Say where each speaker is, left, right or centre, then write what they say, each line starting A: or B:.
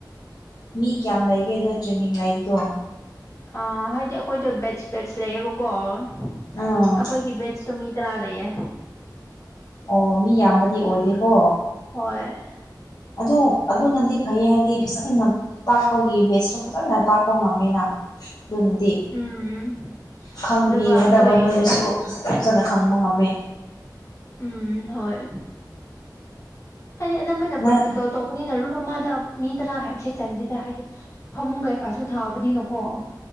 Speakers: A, on the left; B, on the left.
A: ꯃꯤ ꯀꯌꯥꯝ ꯂꯩꯒꯦ ꯅꯣꯏ ꯇ꯭ꯔꯦꯅꯤꯡ ꯂꯩꯕꯗꯣ꯫
B: ꯑ ꯍꯥꯏꯗꯤ ꯑꯩꯈꯣꯏꯗ ꯕꯦꯠꯁ ꯕꯦꯠꯁ ꯂꯩꯌꯦꯕꯀꯣ ꯑꯩꯈꯣꯏꯒꯤ
A: ꯑꯥ
B: ꯕꯦꯠꯁꯇꯣ ꯃꯤ ꯇꯔꯥ ꯂꯩꯌꯦ꯫
A: ꯑꯣ ꯃꯤ ꯌꯥꯝꯕꯗꯤ ꯑꯣꯏꯗꯦꯀꯣ꯫
B: ꯍꯣꯏ꯫
A: ꯑꯗꯨ ꯑꯗꯨꯅꯗꯤ ꯐꯩꯌꯦ ꯍꯥꯏꯗꯤ ꯐꯖꯅ ꯉꯝ ꯇꯥꯛꯄꯒꯤ ꯕꯦꯁꯁꯨ ꯐꯖꯅ ꯇꯥꯛꯄ ꯉꯝꯃꯦꯅ ꯑꯗꯨꯅꯗꯤ꯫
B: ꯎꯝ
A: ꯈꯪꯕꯤꯒꯗꯕ
B: ꯑꯗꯨꯒ ꯑꯩꯈꯣꯏ
A: ꯅꯣꯏꯅꯁꯨ ꯐꯖꯅ ꯈꯪꯕ ꯉꯝꯃꯤ꯫
B: ꯎꯝ ꯍꯣꯏ꯫ ꯍꯥꯏꯗꯤ ꯑꯅꯝꯕꯅ
A: ꯅꯪ
B: ꯄ꯭ꯔꯥꯛꯇꯤꯀꯦꯜ ꯇꯧꯕꯅꯤꯅ ꯔꯨꯝ ꯑꯃꯗ ꯃꯤ ꯇꯔꯥ ꯍꯥꯏꯕꯁꯦ ꯆꯟꯗꯤꯗ ꯍꯥꯏꯗꯤ ꯐꯃꯨꯡ ꯀꯩꯀꯥꯁꯨ ꯊꯥꯕꯅꯤꯅꯀꯣ꯫